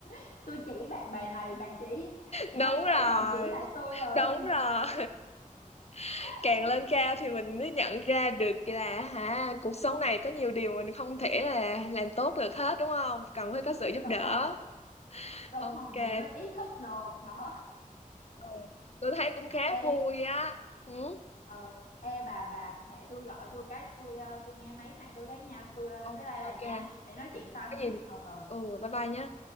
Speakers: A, on the left; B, on the left.
A: <laughs> tôi chỉ bạn bài này bạn chỉ môn
B: đúng rồi
A: khác bạn chỉ lại tôi ờ
B: đúng rồi <laughs>
A: <laughs>
B: càng lên cao thì mình mới nhận ra được là hả cuộc sống này có nhiều điều mình không thể là làm tốt được hết đúng không cần phải có sự giúp
A: đúng
B: đỡ
A: rồi đúng
B: ok
A: rồi mình mới ý thức được đó
B: ừ. tôi thấy cũng khá
A: ê
B: vui á ừ
A: ờ ê bà bà mẹ tôi gọi tôi cái tôi ờ, tôi nghe máy mẹ tôi cái nha tôi ờ,
B: ok
A: bye bye bà
B: ok
A: nha để nói
B: Ừ.
A: chuyện sau nha
B: có gì
A: ừ ừ
B: ừ bye bye nhé